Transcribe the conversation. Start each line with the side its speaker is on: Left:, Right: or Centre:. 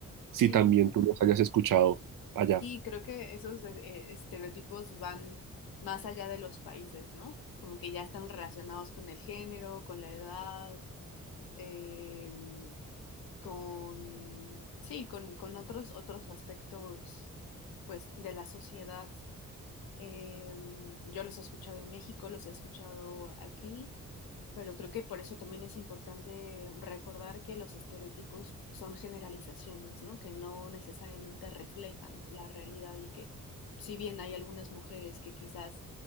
Right: si
Left: Sí,
Right: también tú los hayas escuchado allá.
Left: sí, creo que esos eh, eh, estereotipos van más allá de los países, ¿no? Como que ya están relacionados con el género, con la edad, em, con, sí, con, con otros, otros aspectos, pues, de la sociedad. Em, yo los he escuchado en México, los he escuchado aquí, Pero creo que por eso también es importante recordar que los estereotipos son generalizaciones, ¿no? Que no necesariamente reflejan la realidad y que si bien hay algunas mujeres que quizás